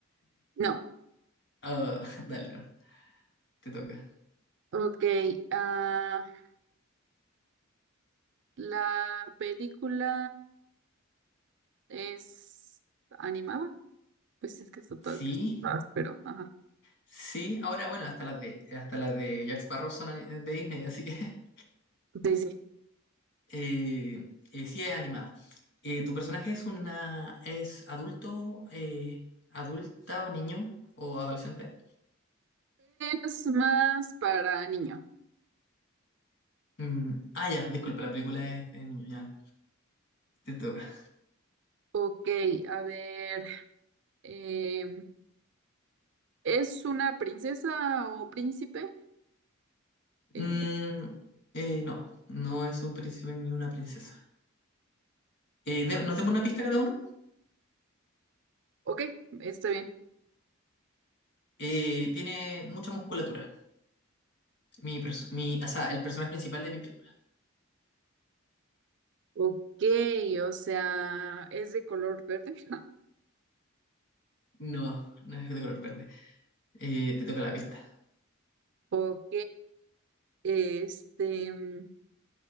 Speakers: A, on the right (about 60°); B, on the left (about 60°).
A: No,
B: Ah, <laughs> dale, Te toca.
A: ok, ah... La película es animada, pues es que está todo
B: Sí,
A: que está- pero ajá.
B: sí. Ahora, bueno, hasta las de, hasta las de Jack Sparrow son ani- de Disney, así que <laughs>
A: Sí, sí.
B: eh, eh, sí es animada. Eh, ¿tu personaje es una, es adulto, eh, adulta o niño o adolescente?
A: Es más para niño.
B: Mm, ah, ya, disculpa, la película es de niños, ya. Te toca.
A: Ok, a ver. em, ¿es una princesa o príncipe? Eh,
B: Mm, eh, no, no es un príncipe ni una princesa. Eh, de- ¿nos demos una pista cada uno?
A: ok, está bien.
B: Eh, tiene mucha musculatura. Mi, perso- mi, o sea, el personaje principal de mi película.
A: Ok, o sea, es de color verde. <laughs>
B: No, no es de color verde. eh, te toca la pista.
A: Ok, este, mm,